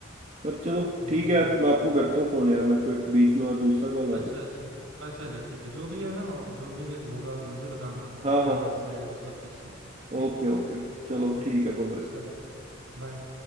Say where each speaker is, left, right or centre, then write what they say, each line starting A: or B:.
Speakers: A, on the right; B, on the right.
A: पर चलो
B: हम्म।
A: ठीक है यार मैं आपको करता हूँ फोन यार मेरे को एक बीच में और दूसरा कॉल आ
B: अच्छा
A: रही है
B: अच्छा अच्छा अच्छा ठीक है जो भी है ना जो भी होगा मुझे बताना कि
A: हाँ
B: क्या
A: हाँ हाँ
B: उससे उसका फिक्स हुआ ठीक
A: Okay
B: है
A: okay चलो
B: ओके
A: ठीक
B: भाई
A: है बाय
B: चलो ठीक है बाय